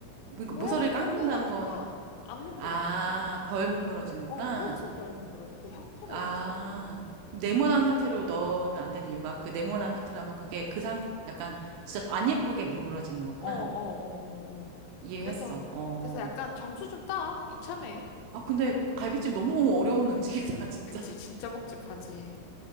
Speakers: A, on the right (about 80°); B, on the left (about 80°).
A: 그러니까
B: 모양이
A: 모서리를 깎는다는
B: 동그라니까
A: 건,
B: 안 뭉그러져
A: 아, 덜 뭉그러지는구나.
B: 어 훨씬 덜 뭉그러져 그 형태가
A: 아.
B: 유지가 돼
A: 네모난 상태로 넣으면 안 되는 이유가 그 네모난 상태라면 그게 그 상, 약간 진짜 안 예쁘게 뭉그러지는 거구나.
B: 어 어 어 어어
A: 이해했어.
B: 그래서
A: 어.
B: 그래서 약간 점수 좀 따 이참에
A: 아, 근데 갈비찜 너무 어려운 음식이다, <laughs> 진짜.
B: 그치 진짜 복잡하지